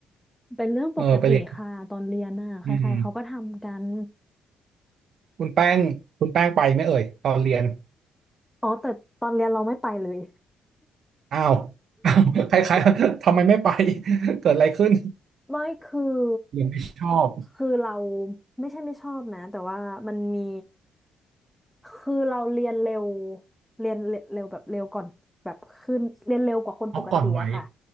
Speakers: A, in the centre; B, on the right (about 60°).
A: <laughs> เป็นเรื่องปกติค่ะตอนเรียนน่ะใครๆเขาก็ทำกัน
B: เออไปเรียนอืมคุณแป้งคุณแป้งไปไหมเอ่ยตอนเรียน
A: อ๋อแต่ตอนเรียนเราไม่ไปเลย
B: อ้าว <laughs> อ้าวคล้ายๆทำไมไม่ไป <laughs> เกิดอะไรขึ้น
A: ไม่คือ
B: หรือไม่ชอบ
A: คือเราไม่ใช่ไม่ชอบนะแต่ว่ามันมีคือเราเรียนเร็วเรียนเร็วแบบเร็วก่อนแบบขึ้นเรียนเร็วกว่าคนปกติอะค่ะ
B: อ๋อก่อนวัย